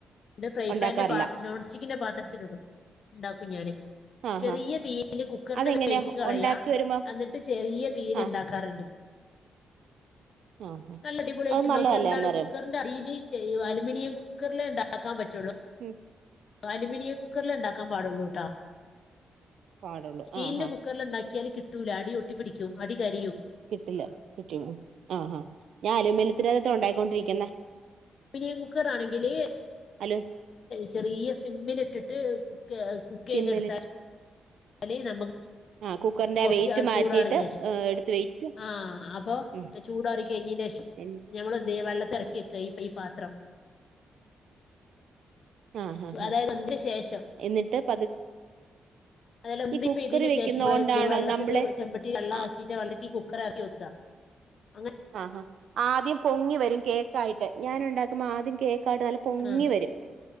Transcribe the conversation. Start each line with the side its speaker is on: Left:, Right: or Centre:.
Left: ഇത് ഫ്രൈ
Right: ഉണ്ടാക്കാറില്ല
Left: പാന്റെ പാത്രം നോൺ സ്റ്റിക്കിന്റെ പാത്രത്തിലിടും ഉണ്ടാക്കും ഞാാന്
Right: ആ
Left: ചെറിയ
Right: ആ
Left: തീയില് കുക്കറിന്റെ
Right: അതെങ്ങനെയാ
Left: വെയിറ്റ് കളയാ
Right: ഉണ്ടാക്കി വരുമ്പം
Left: എന്നിട്ട് ചെറിയ തീയിൽ
Right: ആ
Left: ഉണ്ടാക്കാറുണ്ട്
Right: ആ ആ.
Left: നല്ല അടിപൊളി ആയിട്ടുണ്ടാവും
Right: അത് നല്ലതല്ലേ
Left: എന്താണ്
Right: അന്നേരം
Left: കുക്കറിന്റെ അടിയില് ചെരിവ് അലൂമിനിയം കുക്കറിലെ ഉണ്ടാക്കാൻ പറ്റുള്ളൂ
Right: ഉം
Left: അലുമിനിയം കുക്കറിലെ ഉണ്ടാക്കാൻ പാടുള്ളൂട്ടോ
Right: പാടുള്ളൂ
Left: സ്റ്റീലിന്റെ
Right: ആ ആ
Left: കുക്കറിൽ ഉണ്ടാക്കിയാൽ കിട്ടൂല അടി ഒട്ടിപ്പിടിക്കും അടി കരിയും
Right: കിട്ടില്ല കിട്ടിം ആഹ് ഹാ ഞാൻ അലുമിനിയത്തിനകത്ത ഉണ്ടായിക്കൊണ്ടിരിക്കുന്നെ
Left: അലുമിനിയം കുക്കറാണെങ്കില്
Right: അല്
Left: ചെറിയ സിമ്മിലിട്ടിട്ട് കുക്ക് കുക്ക്ചെയ്തെടുത്താൽ
Right: സിമ്മിലിട്ട്
Left: ല് നമ്മക്ക്
Right: ആ കുക്കറിന്റെ
Left: കൊറച്ച്
Right: ആ വെയിറ്റ് മാറ്റിയിട്ട്
Left: ചൂടാറീന്റെ ശേഷം
Right: എടുത്ത് വെച്ച്
Left: ആഹ് അപ്പൊ
Right: ഉം
Left: ചൂടാറി കഴിഞ്ഞന് ശേഷം
Right: ആ
Left: ഞമ്മള് ദേ വെള്ളത്തിലെറക്കി വെക്കാ ഇ ഈ പാത്രം
Right: ആ ഹാ ഹാ
Left: അതായത് വന്തേന് ശേഷം
Right: എന്നിട്ട് പതു
Left: <unintelligible>
Right: ഈ കുക്കറി വെക്കുന്ന
Left: ശേഷം ഇവിടെ
Right: കൊണ്ടാണോ
Left: എന്ത് വെള്ളത്തി
Right: നമ്മള്
Left: ഇത്തിരി ചെമ്പട്ടി വെള്ളം
Right: ആ
Left: ആക്കീട്ട് വെള്ളത്തീ കുക്കറെറക്കി വെക്കുക അങ്ങനെ
Right: ആഹാ ആദ്യം പൊങ്ങി വരും കേക്കായിട്ട് ഞാൻ ഉണ്ടാക്കുമ്പോ ആദ്യം കേക്കായിട്ട് നല്ല പൊങ്ങി
Left: ആ
Right: വരും